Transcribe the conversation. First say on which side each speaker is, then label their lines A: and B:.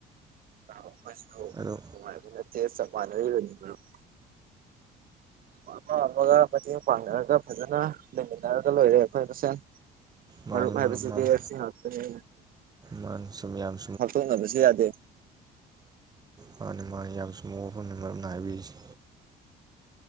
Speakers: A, on the right (about 55°); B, on the right (about 25°).
A: ꯑꯥꯥ ꯑꯩꯁꯨ
B: ꯑꯗꯣ
A: ꯅꯨꯉꯥꯏꯕꯥ ꯅꯠꯇꯦ ꯆꯞ ꯃꯅꯥꯔꯤꯕꯥ ꯃꯔꯨꯞ ꯑꯃ ꯑꯃꯒ ꯃꯇꯦꯡ ꯄꯥꯡꯅꯔꯒ ꯐꯖꯅ ꯂꯩꯃꯤꯟꯅꯔꯒ ꯂꯣꯏꯔꯦ ꯑꯩꯈꯣꯏ ꯃꯁꯦꯟ
B: ꯃꯥꯅꯤ
A: ꯃꯔꯨꯞ ꯍꯥꯏꯕꯁꯤꯗꯤ
B: ꯃꯥꯅꯤ
A: ꯑꯁꯤꯉꯥꯛꯇꯥꯅꯤ
B: ꯃꯥꯅꯤ ꯁꯨꯝ ꯌꯥꯝ
A: ꯍꯥꯇꯣꯛꯅꯕꯁꯨ ꯌꯥꯗꯦ
B: ꯄꯅꯤ ꯃꯥꯅꯤ ꯌꯥꯝ ꯆꯨꯝꯕꯥ ꯋꯥꯐꯝꯅꯤ ꯃꯔꯨꯞꯅ ꯍꯨꯕꯤꯔꯤꯁꯤ